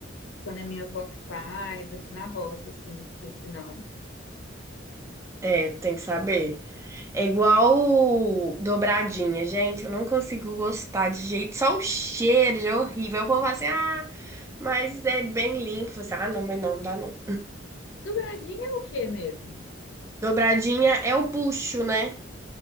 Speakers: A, on the left; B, on the right.
A: quando é minha avó que faz, aqui na roça, assim, porque senão.
B: É, tem que saber. É igual dobradinha, gente. Eu não consigo gostar de jeito. Só o cheiro já é horrível. O povo fala assim, ah, mas é bem limpo. Você, ah, não, mas não dá não.
A: Dobradinha é o quê mesmo?
B: Dobradinha é o bucho, né?